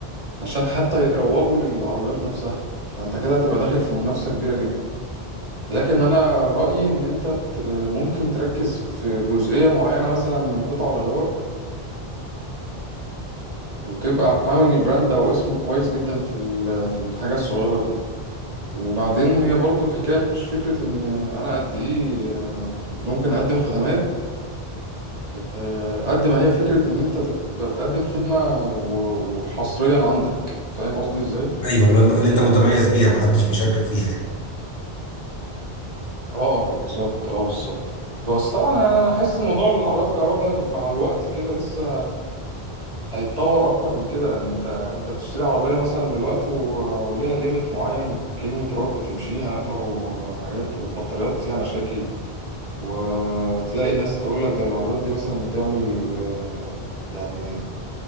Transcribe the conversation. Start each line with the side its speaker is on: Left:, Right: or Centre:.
Right: عشان حتى يروجوا للعربيات نفسها فأنت كده هتبقى داخل في منافسة كبيرة جدا لكن أنا رأيي إن أنت ت- ممكن تركز في جزئية معينة مثلا من قطع الغيار وتبقى عامل براند او اسم كويس جدا في ال- في الحاجه الصغيره دي وبعدين هي برضو الحكايه مش فكره ان انا قد ايه آه، ممكن اقدم خدمات آه، قد ما هي فكره ان انت تبقى بتقدم خدمه و- وحصريا عندك فاهم قصدي ازاي
Left: ايوه اللي انت اللي انت متميز بيها محدش بيشاركك فيها يعني.
Right: اه بالظبط اه بالظبط بس طبعا انا حاسس إن موضوع العربيات الكهرباء ده مع الوقت كده لسه هيتطور اكتر من كده لان انت انت بتشتري عربيه مثلا دلوقتي و... وليها ليميت معين كيلومترات بتمشيها وحاجات والبطاريات فيها مشاكل وتلاقي الناس تقول لك ده العربيات دي مثلا بتعمل آه، يعني